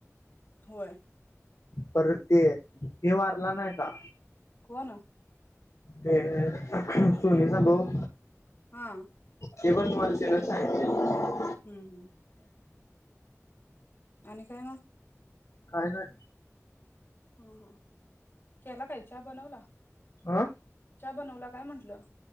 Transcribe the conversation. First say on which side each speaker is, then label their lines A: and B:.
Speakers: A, on the left; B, on the left.
A: होय
B: पर ते हे वारला नाय का?
A: कोण?
B: हे सोनीचा भाऊ
A: हा
B: ते पण मला तीनच सांगितल
A: हूं हूं आणि काय म
B: काय नाय
A: हो हो केला काय च्या बनवला
B: हा
A: च्या बनवला काय म्हटलं